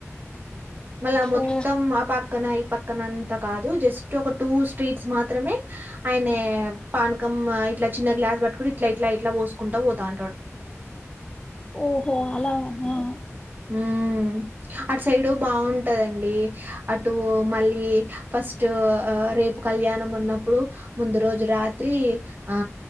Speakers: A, on the right; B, on the left.
A: మల్ల మొత్తం
B: ఓ
A: ఆ పక్ పక్కన ఈ పక్కన అంత కాదు జస్ట్ ఒక టూ స్ట్రీట్స్ మాత్రమే ఆయనే పానకం ఇట్లా చిన్న గ్లాస్ పట్టుకుని ఇట్ల ఇట్ల ఇట్ల పోసుకుంటా పోతాంటడు
B: ఓహో అలాగానా
A: ఉమ్ అటు సైడ్ బాగున్ టదండి అటు మళ్ళీ ఫస్ట్ ఆ రేపు కళ్యాణం అన్నప్పుడు ముందు రోజు రాత్రి ఆ